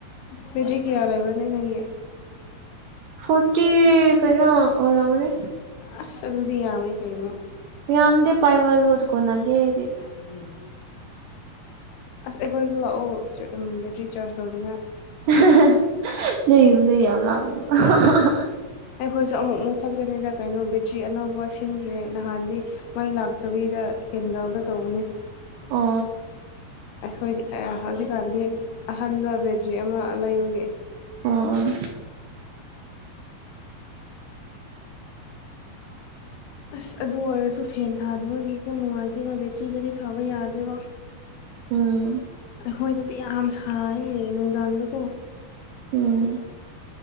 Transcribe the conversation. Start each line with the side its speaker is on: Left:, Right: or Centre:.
Left: ꯐꯖꯤ ꯀꯌꯥꯂꯦꯕꯅꯦ ꯅꯪꯒꯤ
Right: ꯐꯣꯔꯇꯤ ꯀꯩꯅꯩꯅ ꯑꯣꯏꯔꯅꯤ
Left: ꯑꯁ ꯑꯗꯨꯗꯤ ꯌꯥꯝꯃꯦ ꯀꯩꯅꯣ
Right: ꯌꯥꯝꯗꯤ ꯄꯥꯏꯕꯕꯠ ꯀꯣꯅꯗꯤꯗꯤ
Left: <unintelligible> ꯑꯁ ꯑꯩꯈꯣꯏꯗ ꯂꯥꯛꯑꯣ ꯕꯦꯇ꯭ꯔꯤ ꯆꯥꯔꯖ ꯇꯧꯅꯤꯡꯉꯥꯏ
Right: <unintelligible> <unintelligible>
Left: ꯑꯩꯈꯣꯏꯁꯨ ꯑꯃꯨꯛ ꯃꯨꯛꯊꯠꯀꯅꯤꯗ ꯀꯩꯅꯣ ꯕꯦꯇ꯭ꯔꯤ ꯑꯅꯧꯕ ꯁꯤꯟꯈ꯭ꯔꯦ ꯅꯍꯥꯟꯗꯤ ꯃꯥꯏ ꯂꯥꯛꯇꯕꯤꯗ ꯀꯦꯟꯗꯜꯗ ꯇꯧꯕꯅꯤ
Right: ꯑꯣ
Left: ꯑꯩꯈꯣꯏꯗꯤ ꯍꯧꯖꯤꯛꯀꯥꯟꯗꯤ ꯑꯍꯟꯕ ꯕꯦꯇ꯭ꯔꯤ ꯑꯃ ꯂꯩꯕꯒꯤ
Right: ꯑꯣ ꯑꯣ
Left: ꯑꯁ ꯑꯗꯨ ꯑꯣꯏꯔꯁꯨ ꯐꯦꯟ ꯊꯥꯗꯕꯒꯤꯀꯣ ꯅꯨꯡꯉꯥꯏꯇꯦꯕ ꯕꯦꯇ꯭ꯔꯤꯗꯗꯤ ꯊꯥꯕ ꯌꯥꯗꯣꯏꯕ
Right: ꯎꯝ
Left: ꯑꯩꯈꯣꯏꯗꯗꯤ ꯌꯥꯝ ꯁꯥꯏꯌꯦ ꯅꯨꯡꯗꯥꯡꯗꯀꯣ
Right: ꯎꯝ